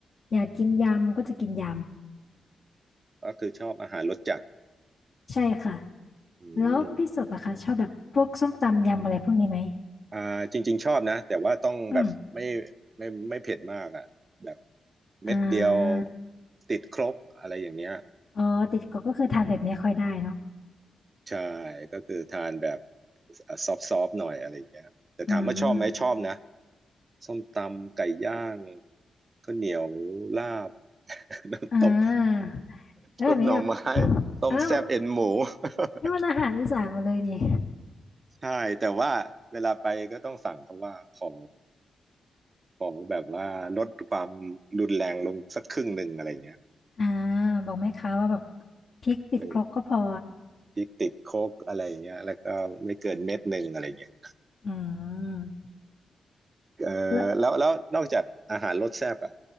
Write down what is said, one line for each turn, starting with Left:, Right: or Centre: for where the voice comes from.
Left: อยากกินยำก็จะกินย
Right: ก็คือชอบอาหารรสจัด
Left: ำใช่ค่ะ
Right: อืม
Left: แล้วพี่สุดอะคะชอบแบบพวกส้มตำยำอะไรพวกนี้ไหม
Right: อ่าจริงๆชอบนะแต่ว่าต้องแบบไม่
Left: อืม
Right: ไม่ไม่เผ็ดมากอ่ะแบบเม็ดเดียว
Left: อ่า
Right: ติดครกอะไรอย่างเงี้ย
Left: อ๋อติดก็ก็คือทานเผ็ดไม่ค่อยได้เนาะ
Right: ใช่ก็คือทานแบบซอฟซอฟหน่อยอะไรอย่างเงี้ยแต่ถามว่าชอบไหมชอบนะ
Left: อืม
Right: ส้มตำไก่ย่างข้าวเหนียวลาบ <laughs> น้ำตก
Left: อ่าแล้วแบบนี้แบบ
Right: ซุปหน่อไม้ต้มแซ่บเอ็นหมู
Left: อ้าว
Right: <laughs>
Left: นี่มันอาหารอีสานหมาเลยนี่
Right: ใช่แต่ว่าเวลาไปก็ต้องสั่งเขาว่าขอขอแบบว่าลดความรุนแรงลงสักครึ่งหนึ่งอะไรเงี้ย
Left: อ่าบอกแม่ค้าว่าแบบพริกติดครกก็พอ
Right: ไม่พริกติดโคกอะไรเงี้ยแล้วก็ไม่เกินเม็ดหนึ่งอะไรเงี้ย
Left: อืม
Right: เออแล้วแล้วนอกจากอาหารรสแซ่บอ่ะ
Left: แล้ว